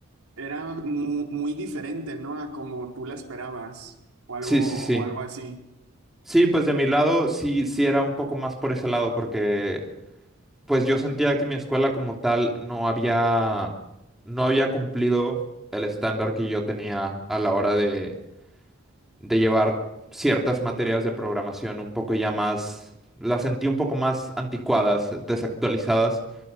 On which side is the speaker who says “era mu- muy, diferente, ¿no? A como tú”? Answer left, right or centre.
Right